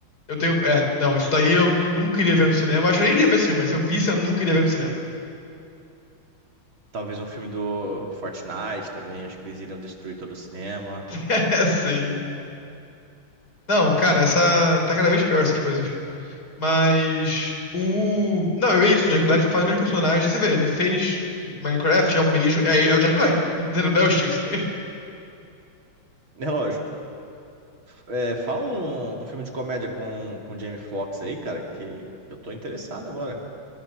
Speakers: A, on the left; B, on the right.
A: Eu tenho. É, não, isso daí eu nunca iria ver no cinema. Eu acho que eu nem iria ver esse filme, mas se eu visse, eu nunca iria ver no cinema.
B: Talvez um filme do Fortnite também. Acho que eles iriam destruir todo o cinema.
A: <laughs> É, sim. Não, cara, essa. Tá cada vez pior essas coisas. Mas o. Não, é isso, o Jack Black só faz o mesmo personagem. Você vê, ele fez Minecraft, é o mesmo. É, é o Jack Black, <laughs> entendeu? Não é o Steve.
B: É lógico. É, fala um, um filme de comédia com, com o Jamie Foxx aí, cara, que eu tô interessado agora. cara.